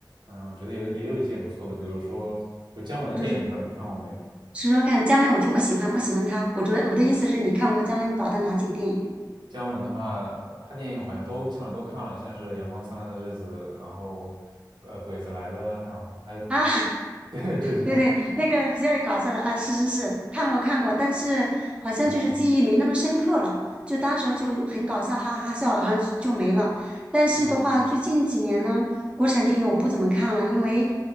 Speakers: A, on the right (about 85°); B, on the right (about 15°).
A: 嗯，觉得有也有一些不错的，比如说就姜文的电影，
B: 就是
A: 不知道你看过没有？
B: 说说看姜文，我听我喜欢，我喜欢他。我主要我的意思是你看过姜文导的哪几个电影
A: 姜文的话，他电影好像都基本上都看了，像是《阳光灿烂的日子》，然后呃《鬼子来了》，然后还有 <laughs>
B: 啊？
A: 对这些，
B: 对对，
A: 嗯
B: 那个比较搞笑的啊，是是是，看过看过，但是好像就是记忆没那么深刻了，
A: 嗯
B: 就当时候就很搞笑，哈哈哈笑，然后就没了。但是的话，
A: 嗯。
B: 最近几年呢，国产电影我不怎么看了，因为